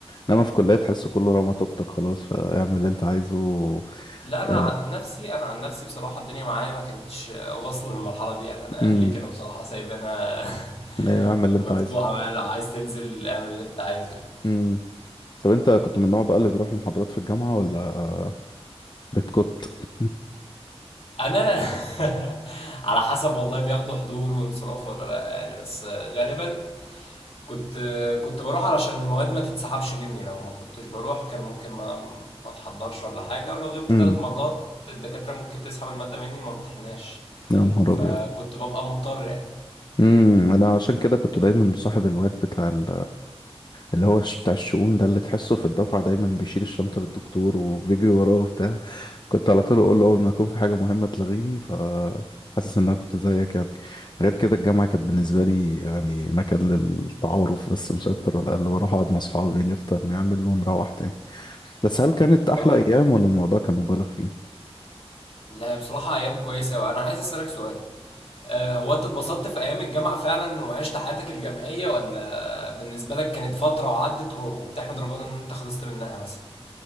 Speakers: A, on the left; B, on the left.
A: انما في كليه تحس كله رمى طوبتك خلاص فاعمل اللي انت عايزه
B: لا أنا
A: آه،
B: عن نفسي أنا عن نفسي بصراحة الدنيا معايا ما كانتش واصلة للمرحلة دي يعني أنا
A: امم
B: أهلي كانوا بصراحة سايبينها <laughs>
A: ايوه اعمل اللي انت
B: مفتوحة
A: عايزه
B: بقى لو عايز تنزل اعمل اللي أنت عايزه
A: امم طب انت كنت من النوع بقى اللي بيروح المحاضرات في الجامعه ولا بتكت
B: انا <laughs> على حسب والله بياخدوا حضور وانصراف ولا لا يعني بس غالبا كنت كنت بروح علشان المواد ما تتسحبش مني لو ما كنتش بروح كان ممكن ما ما اتحضرش ولا حاجه ولو غبت
A: امم
B: ثلاث مرات الدكاتره ممكن تسحب الماده مني ما امتحناش
A: يا نهار
B: فكنت
A: ابيض
B: ببقى مضطر يعني
A: امم انا عشان كده كنت دايما مصاحب الواد بتاع ال اللي هو الش- بتاع الشؤون ده اللي تحسه في الدفعة دايما بيشيل الشنطة للدكتور وبيجري وراه وبتاع كنت على طول أقول له أول ما يكون في حاجة مهمة تلغيني ف حاسس إن أنا كنت زيك يعني غير كده الجامعة كانت بالنسبة لي يعني مكان للتعارف بس مش أكتر ولا أقل بروح أقعد مع أصحابي نفطر نعمل ونروح تاني بس هل كانت أحلى
B: طبعا
A: أيام ولا الموضوع كان مبالغ فيه؟
B: لا بصراحه ايام كويسه وانا عايز اسالك سؤال آه، هو انت اتبسطت في ايام الجامعه فعلا وعشت حياتك الجامعيه ولا بالنسبه لك كانت فتره وعدت و- وبتحمد ربنا ان انت خلصت منها مثلا